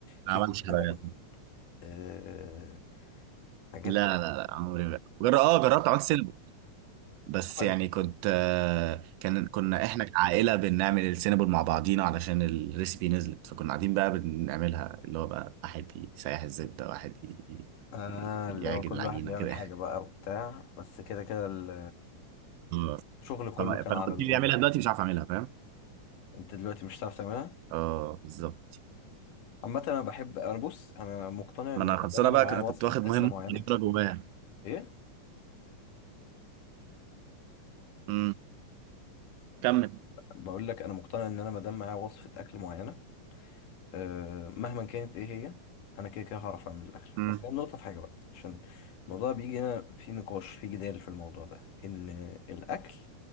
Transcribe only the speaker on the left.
كيك
السينابون
أه... حاجات
بقى
عمل-
آه
اللي هو كل
واحد بيعمل
حاجة بقى وبتاع بس كده كده ال-
الشغل كله
كان
على
الأم
يعني.
انت دلوقتي مش هتعرف تعملها
عامة انا بحب انا بص انا مقتنع ان
ما
دام انا
معايا
وصفة
اكلة
معينة
ايه
بقول لك انا مقتنع ان انا ما دام معايا وصفة اكل معينة آه، مهما كانت ايه هي انا كده كده هعرف اعمل الاكل
بس هي النقطه في حاجه بقى عشان الموضوع بيجي هنا في نقاش في جدال في الموضوع ده ان الاكل